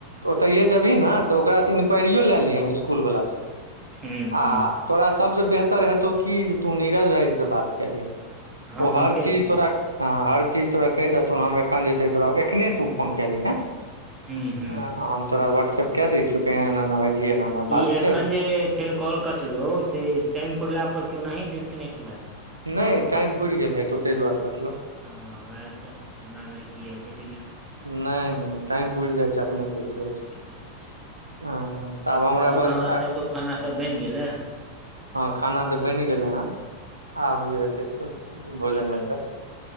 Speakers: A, on the right; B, on the right.
A: ओतैहे जेबही ने तऽ ओकरा सँ इन्क्वायरियो लए लिहऽ स्कूल वला सॅं
B: हुँ
A: आ
B: हुँ
A: तोरा सभसे बेहतर हेतौ की जे तू नीरज भायजी से बात कय ले
B: हँ
A: ओ
B: हुनके
A: हर चीज
B: से
A: तोरा हँ हर चीज तोरा कहि देथून हम एखन जे छै तोरा एखने तू फोन कय ली हें
B: हुँ हुँ
A: हम तोरा वाट्स्सऐप क दै छियो आ केना एना एना भाईजी एना एना बात
B: ई एखन
A: छै
B: जे फेर कॉल कटलहुँ से टाइम पुरला पर के ओनाही डिस्कनेक्ट भए गेलउ
A: नहि टाइम पुरि गेल हेतो ताहि दुआरे कटलहु
B: हॅं ओएह तऽ हमरा भेल कीआ कैट गेलै
A: नहि नहि टाइम पूरि जाइ छै अपने कटि जाइ छै
B: ठीके छै
A: हँ हं तब हमरा
B: आओर
A: बस
B: अहाँ
A: आब
B: सबके खाना सब बनि गेलै अ,
A: हँ खाना तऽ बनि गेलै हन आब जे हेतै
B: की
A: त भोजन
B: की सब
A: हेतै